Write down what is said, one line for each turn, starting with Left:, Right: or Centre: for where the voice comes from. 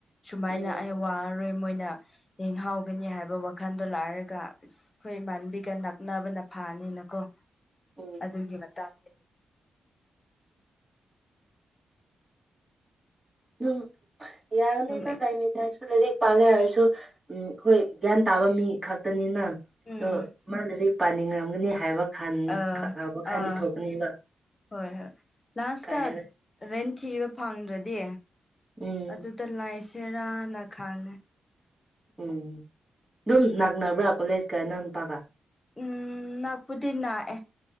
Left: ꯁꯨꯃꯥꯏꯅ
Centre: ꯎꯝ
Left: ꯑꯩ ꯋꯥꯔꯔꯣꯏ ꯃꯣꯏꯅ ꯌꯦꯡꯍꯥꯎꯒꯅꯤ ꯍꯥꯏꯕ ꯋꯥꯈꯜꯗꯣ ꯂꯥꯏꯔꯒ ꯑꯁ ꯑꯩꯈꯣꯏ ꯏꯃꯥꯟꯕꯤꯒ ꯅꯛꯅꯕꯅ ꯐꯥꯅꯤꯅꯀꯣ
Centre: ꯎꯝ
Left: ꯑꯗꯨꯒꯤ ꯃꯇꯥꯡꯅꯤ
Centre: ꯑꯗꯨꯝ ꯌꯥꯒꯅꯤꯗ
Left: ꯑꯗꯨꯝ
Centre: ꯂꯥꯏꯔꯤꯛ ꯇꯁꯨ ꯂꯥꯏꯔꯤꯛ ꯄꯥꯒꯦ ꯍꯥꯏꯔꯁꯨ ꯎꯝ ꯑꯩꯈꯣꯏ ꯒ꯭ꯌꯥꯟ ꯇꯥꯕ ꯃꯤ ꯈꯛꯇꯅꯤꯅ ꯑꯗꯣ
Left: ꯎꯝ
Centre: ꯃꯥ ꯂꯥꯏꯔꯤꯛ ꯄꯥꯅꯤꯡꯔꯝꯒꯅꯤ ꯍꯥꯏꯕ ꯈꯟ
Left: ꯑ
Centre: ꯋꯥꯈꯜꯗꯤ
Left: ꯑꯥ
Centre: ꯊꯣꯛꯀꯅꯦꯕ
Left: ꯍꯣꯢ ꯍꯣꯢ ꯂꯥꯁꯇ
Centre: ꯀꯥꯏꯔꯣꯏ
Left: ꯔꯦꯟꯠ ꯊꯤꯕ ꯐꯪꯗ꯭ꯔꯗꯤ
Centre: ꯎꯝ
Left: ꯑꯗꯨꯗ ꯂꯥꯏꯁꯤꯔꯥꯅ ꯈꯟꯂꯦ
Centre: ꯎꯝ ꯑꯗꯨꯝ ꯅꯛꯅꯕ꯭ꯔꯥ ꯀꯣꯂꯦꯖ ꯀ ꯑꯩꯅꯧ ꯅꯨ ꯄꯒ
Left: ꯎꯝ ꯅꯥꯛꯄꯨꯗꯤ ꯅꯥꯛꯑꯦ